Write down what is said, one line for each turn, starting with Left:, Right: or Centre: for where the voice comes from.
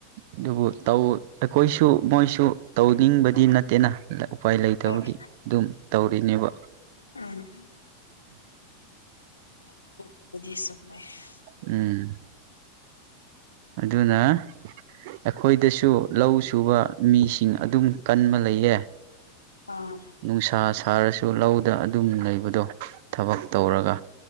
Right: ꯑꯗꯨꯕꯨ ꯇꯧ ꯑꯩꯈꯣꯏꯁꯨ ꯃꯣꯏꯁꯨ ꯇꯧꯅꯤꯡꯕꯗꯤ ꯅꯠꯇꯦꯅ ꯎꯄꯥꯏ ꯂꯩꯇꯕꯒꯤ
Left: ꯍꯣꯏ
Right: ꯑꯗꯨꯝ ꯇꯧꯔꯤꯅꯦꯕ
Left: ꯎꯝ <unintelligible>
Right: ꯎꯝ ꯑꯗꯨꯅ ꯑꯩꯈꯣꯏꯗꯁꯨ ꯂꯧ ꯁꯨꯕ ꯃꯤꯁꯤꯡ ꯑꯗꯨꯝ ꯀꯟꯕ ꯂꯩꯌꯦ
Left: ꯑꯥ
Right: ꯅꯨꯡꯁꯥ ꯁꯥꯔꯁꯨ ꯂꯧꯗ ꯑꯗꯨꯝ ꯂꯩꯕꯗꯣ ꯊꯕꯛ ꯇꯧꯔꯒ